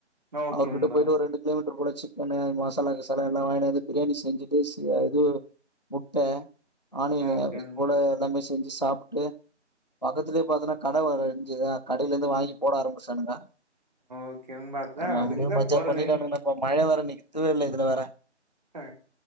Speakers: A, on the right; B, on the left.
A: ஆ ஓகே
B: அவர்கிட்ட
A: நண்பா
B: போயிட்டு ஒரு ரெண்டு கிலோமீட்டர் போல சிக்கனு மாச க்கு செலவெல்லா வாங்கினு வந்து பிரியாணி செஞ்சுட்டு ச இதுவு முட்ட ஆனியனு
A: ஓகே
B: அது
A: நண்பா
B: போல எல்லாமே செஞ்சி சாபுட்டு பக்கத்துலேயே பாத்தேன்னா கடை வேற இருந்ததா கடையில இருந்து வாங்கி போட ஆரம்பிஷ்டனுங்க
A: ஓகே நண்பா அதா
B: ஆ அப்டியே
A: அதுக்குதா
B: மஜ்ஜா
A: போறதே
B: பண்ணிடானுங்கடாப்பா மழை வர இன்னிக்கு தூ தூறல் இதுலவேற
A: ஆ